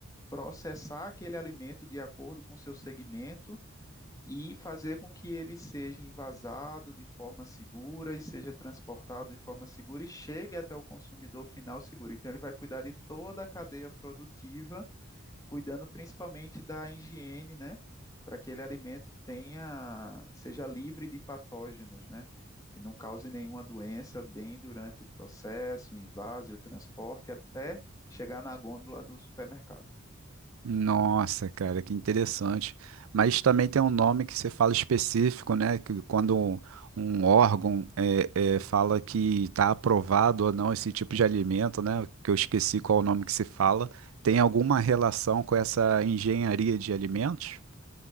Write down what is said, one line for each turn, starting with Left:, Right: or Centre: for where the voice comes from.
Left: processar aquele alimento de acordo com seu segmento e fazer com que ele seja envasado de forma segura e seja transportado de forma segura e chegue até o consumidor final seguro. Então, ele vai cuidar de toda a cadeia produtiva cuidando principalmente da higiene, né? Para que aquele alimento tenha, seja livre de patógenos, né? Que não cause nenhuma doença, nem durante o processo, o invase, o transporte, até chegar na gôndola do supermercado.
Right: Nossa, cara, que interessante. Mas também tem um nome que você fala específico, né? Que quando um, um órgão é, é, fala que está aprovado ou não esse tipo de alimento, né? Que eu esqueci qual o nome que se fala. Tem alguma relação com essa engenharia de alimentos?